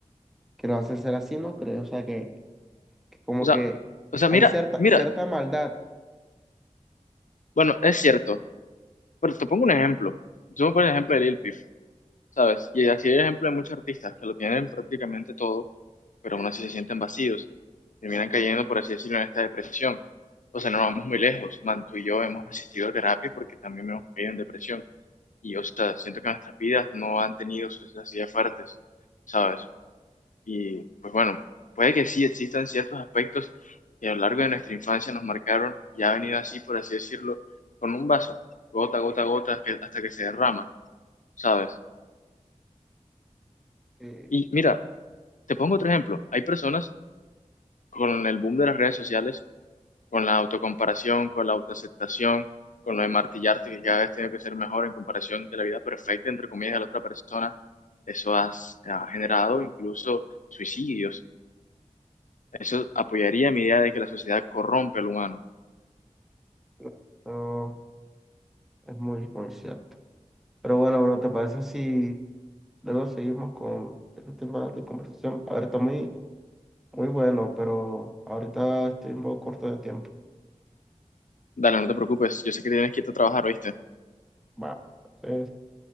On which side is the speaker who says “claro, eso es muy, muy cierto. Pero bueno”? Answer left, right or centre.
Centre